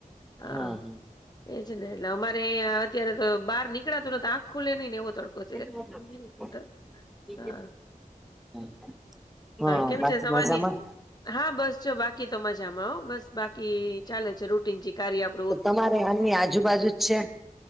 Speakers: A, on the left; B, in the centre.
A: હ
B: હા
A: એજ ને. એટલે અમારે અત્યારે તો બહાર નીકળાતું ને તો આંખ ખુલે નઈ ને એવો છે
B: <unintelligible>
A: તો હા
B: હા
A: કેમ
B: બાકી
A: છે તમારી
B: મજામાં.
A: હા બસ જો બાકી તો મજામાં આવ બસ બાકી ચાલે છે રૂટીન કાર્ય આપ.
B: તો તમારે એમની આજુબાજુ જ છે